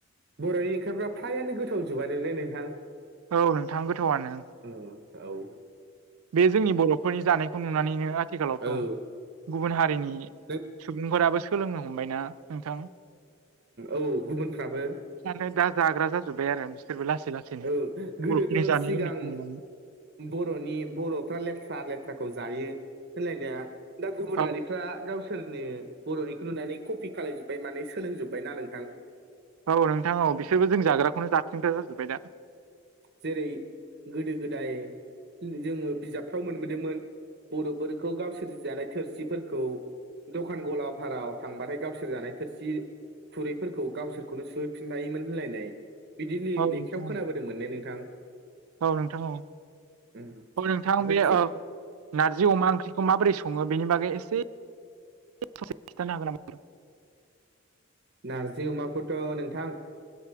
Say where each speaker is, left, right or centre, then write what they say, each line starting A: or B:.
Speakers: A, on the right; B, on the right.
A: बर'नि ओंख्रिफोरा फ्रायानो गोथाव जोबानो ने नोंथां
B: औ नोंथां गोथावआनो
A: अ औ
B: बे जोंनि बर'फोरनि जानायखौ नुनानैनो आथिखालावथ'
A: औ
B: गुबुन हारिनि
A: नों
B: सुबुंफोराबो सोलोंनो हमबायना नोंथां
A: औ गुबुनफ्राबो
B: नै दा जाग्रा जाजोब्बाय आरो बिसोरबो लासै लासैनो
A: औ
B: बर'फोरनि
A: गोदोथ'
B: जानाय
A: सिगां
B: लोंनायखौ नुनानै
A: बर'नि बर'फ्रा लेथ्रा लेथ्राखौ जायो होनलायनाया दा गुबुनारिफ्रा
B: औ
A: गावसोरनो बर'निखौ नुनानै कपि खालायजोब्बाय माने सोलोंजोब्बायना नोंथां
B: औ नोंथां औ बिसोरबो जों जाग्राखौनो जाफिनग्रा जाजोब्बाय दा
A: जेरै गोदो गोदाय जोङो बिजाबफ्राव मोनबोदोंमोन बर'फोरखौ गावसोर जानाय थोरसिफोरखौ दखान गला फोराव थांबाथाय गावसोर जानाय थोरसि खुरैफोरखौ गावसोरखौनो सुहोफिनलायोमोन होनलायनाय बिदि लेखायाव
B: नोंथां औ औ
A: खोनाबोदोंमोननो नोंथां
B: औ नोंथां औ
A: उम
B: औ नोंथां
A: ओमफ्राय
B: बे
A: थिग
B: औ नारजि अमा ओंख्रिखौ माबोरै सङो बेनि बागै एसे बेनि प्र'सेसखौ खोनथानो हागोन नामा नोंथां?
A: नार्जि अमाखौथ' नोंथां